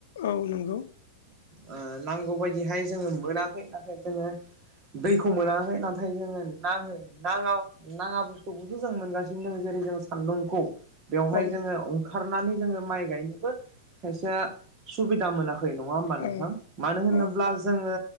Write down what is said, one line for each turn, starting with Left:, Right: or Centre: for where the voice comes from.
Left: औ नंगौ
Right: ओ नांगौ बायदिहाय जोंङो मोनाखै नाथाय जोंङो दैखौ मोनाखै नाथाय जोंङो नांङो नांङा नांङा बुस्थुखौसो जों मोनगासिनो दंङ जेरै जों सान्दुंखौ बेवहाय
Left: औ
Right: जोंङो अंखारनानै जोंङो माइ गायनोबो खायसेआ सुबिदा मोनाखै <unintelligible> नंङा होमबा नोंथां
Left: औ औ
Right: मानो होनोब्ला जोङो